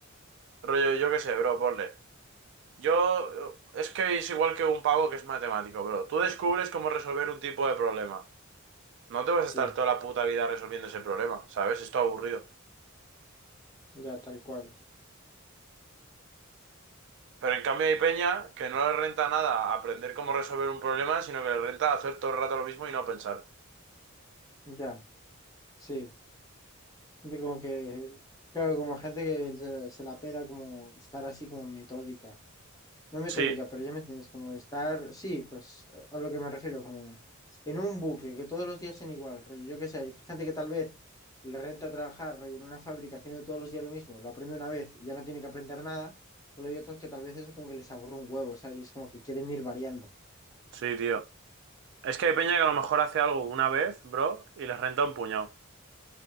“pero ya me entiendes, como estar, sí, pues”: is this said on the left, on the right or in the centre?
Left